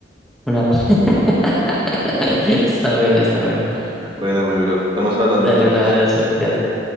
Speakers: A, in the centre; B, on the right.
A: Una pa- <laughs> Está bueno, está bueno.
B: Buena, mi bro. Estamos hablando
A: Dale
B: entonces.
A: un abrazo, fíjate.